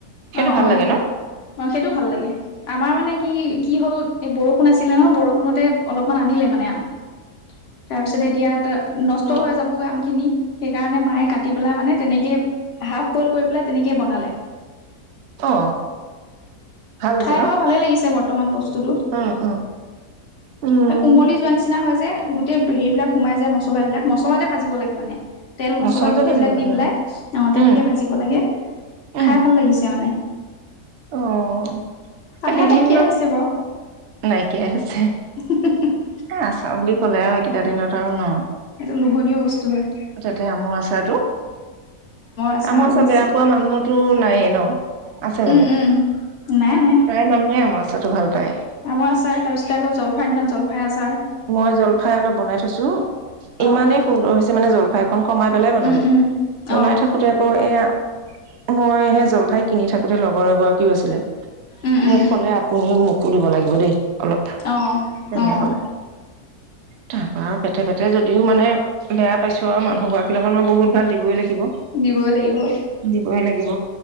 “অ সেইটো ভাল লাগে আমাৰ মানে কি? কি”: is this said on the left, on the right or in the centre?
Left